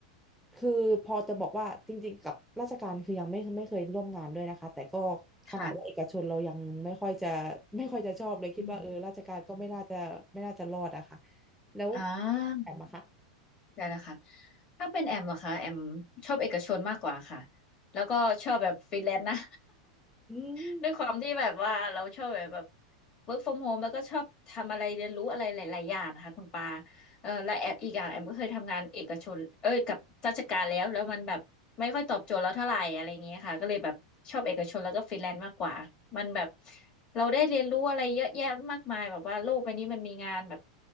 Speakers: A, in the centre; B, on the left.
A: คือพอจะบอกว่าจริงๆกับราชการคือยังไม่ไม่เคยร่วมงานด้วยนะคะแต่ก็ขนาดว่าเอกชนเรายังไม่ค่อยจะ
B: ค่ะ
A: ไม่ค่อยจะชอบเลยคิดว่าเออราชการก็ไม่น่าจะไม่น่าจะรอดอะค่ะ
B: อืม
A: แล้ว
B: อ่า
A: แอมอะคะ
B: ได้แล้วค่ะถ้าเป็นแอมเหรอคะแอมชอบเอกชนมากกว่าค่ะแล้วก็ชอบแบบฟรีแลนซ์นะ
A: อืม
B: <laughs> ด้วยความที่แบบว่าเราชอบแบบแบบ work from home แล้วก็ชอบทำอะไรเรียนรู้อะไรหลายๆอย่างค่ะคุณปาเออและแอมอีกอย่างแอมก็เคยทำงานเอกชนเอ้ยกับราชการแล้วแล้วมันแบบไม่ค่อยตอบโจทย์เราเท่าไหร่อะไรอย่างเงี้ยค่ะก็เลยแบบชอบเอกชนแล้วก็ฟรีแลนซ์มากกว่ามันแบบ เราได้เรียนรู้อะไรเยอะแยะมากมายแบบว่าโลกใบนี้มันมีงานแบบ